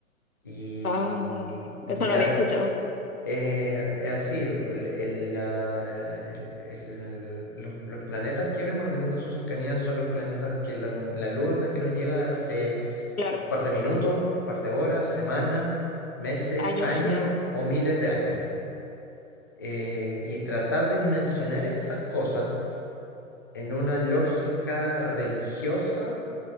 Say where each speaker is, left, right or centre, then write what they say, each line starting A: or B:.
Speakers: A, on the left; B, on the left.
A: y,
B: Ah, no,
A: y
B: eso
A: mirar.
B: no había escuchado,
A: eh, es así, el- el, la- el- el- los, los planetas que vemos, dependiendo de su cercanía, son los planetas que la, la luz de que nos llega hace
B: claro,
A: un par de minutos, un par de horas, semanas, meses,
B: años.
A: años
B: <laughs>
A: o miles de años. Eh, y tratar de dimensionar esas cosas en una lógica religiosa